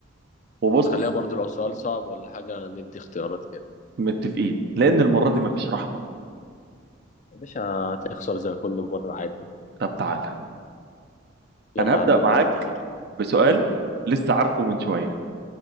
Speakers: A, on the right; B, on the left.
A: وبص
B: خليها برضو لو سؤال صعب ولا حاجة ندي اختيارات كده
A: متفقين لأن المرة دي مفيش رحمة
B: يا باشا هتخسر زي كل مرة عادي
A: طب تعالى
B: يلا
A: أنا هبدأ
B: يا عم ابدأ
A: معاك
B: انت طيب
A: بسؤال لسه عارفه من شوية